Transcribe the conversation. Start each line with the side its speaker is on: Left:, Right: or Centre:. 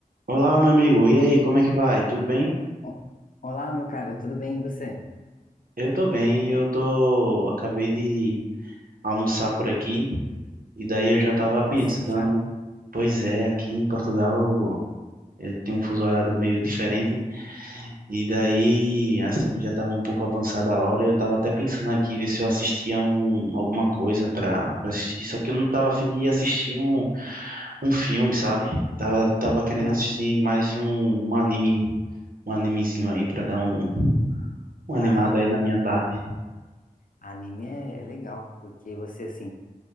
Right: Olá, meu amigo. E aí, como é que vai? Tudo bem?
Left: O- Olá, meu cara, tudo bem e você?
Right: Eu tô bem. Eu tô, acabei de almoçar por aqui e daí eu já tava pensando,
Left: Nossa, já?
Right: pois é, aqui em Portugal eu tenho um fuso horário meio diferente e daí, assim, já tá um pouco avançada a hora. Eu tava até pensando aqui ver se eu assistia um, alguma coisa pra pra assistir, só que eu não tava afim de assistir um, um filme, sabe? Tava, tava querendo
Left: Ah,
Right: assistir mais um, um anime, um animezinho aí pra dar um, um animado
Left: ah, não,
Right: aí na minha tarde.
Left: anime é, é legal, porque você, assim,